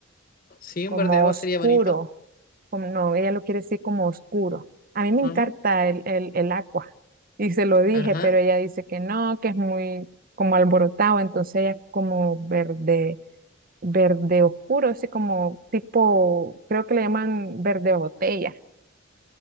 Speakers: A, on the left; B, on the right.
A: Sí,
B: como
A: un verde agua
B: oscuro,
A: sería bonito.
B: como no, ella lo quiere decir como oscuro. A mí me
A: Ajá.
B: encanta el, el, el agua y se lo dije,
A: Ajá.
B: pero ella dice que no, que es muy como alborotado, entonces ella es como verde, verde oscuro, así como tipo, creo que le llaman verde botella.